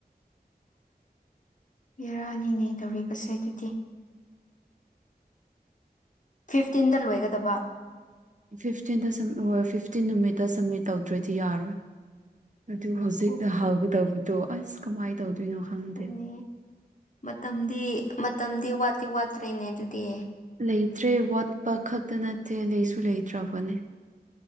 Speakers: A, on the left; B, on the right.
A: ꯕꯤꯦꯔꯥꯅꯤꯅꯦ ꯇꯧꯔꯤꯕꯁꯦ ꯑꯗꯨꯗꯤ ꯐꯤꯐꯇꯤꯟꯗ ꯂꯣꯏꯒꯗꯕ
B: ꯐꯤꯐꯇꯤꯟꯗ ꯁ ꯍꯣꯏ ꯐꯤꯐꯇꯤꯟ ꯅꯨꯃꯤꯠꯇ ꯁꯝꯃꯤꯠ ꯇꯧꯗ꯭ꯔꯣꯏꯗꯤ ꯌꯥꯔꯣꯏ ꯑꯗꯨ ꯍꯧꯖꯤꯛꯅ
A: ꯑꯣ
B: ꯍꯧꯒꯗꯕꯗꯣ ꯑꯁ ꯀꯃꯥꯏꯅ ꯇꯧꯗꯣꯏꯅꯣ ꯈꯪꯗꯦ
A: ꯍꯣꯏꯅꯦ ꯃꯇꯝꯗꯤ ꯃꯇꯝꯗꯤ ꯋꯥꯠꯇꯤ ꯋꯥꯠꯇ꯭ꯔꯦꯅꯦ ꯑꯗꯨꯗꯤ
B: ꯂꯩꯇ꯭ꯔꯦ ꯋꯥꯠꯄ ꯈꯛꯇ ꯅꯠꯇꯦ ꯂꯩꯁꯨ ꯂꯩꯇ꯭ꯔꯕꯅꯦ